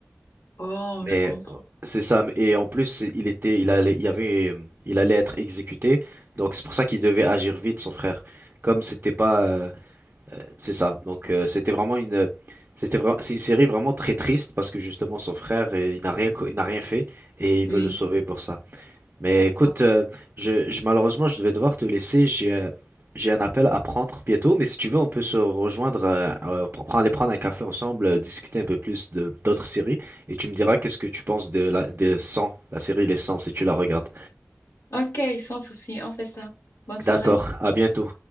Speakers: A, on the left; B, on the right.
A: Oh,
B: Mais
A: je comprends.
B: euh, c'est ça. Et en plus, c'est- il était, il allait, il y avait, euh, il allait être exécuté. Donc c'est pour ça qu'il devait agir vite, son frère. Comme c'était pas, euh, c'est ça. Donc euh, c'était vraiment une, c'était vraiment, c'est une série vraiment très triste parce que justement son frère, euh, il n'a rien, co- il n'a rien fait et il
A: Oui.
B: veut le sauver pour ça. Mais écoute,
A: Wow.
B: euh, je, je- malheureusement, je devais devoir te laisser. J'ai, euh, j'ai un appel à prendre bientôt, mais si tu veux, on peut se rejoindre, euh, euh, pour prendre, aller prendre un café ensemble, euh, discuter un peu plus de d'autres séries, et tu me diras qu'est-ce que tu penses de la, des 100, la série Les 100, si tu la regardes.
A: Ok, sans souci, on fait ça. Bonne soirée.
B: D'accord, à bientôt.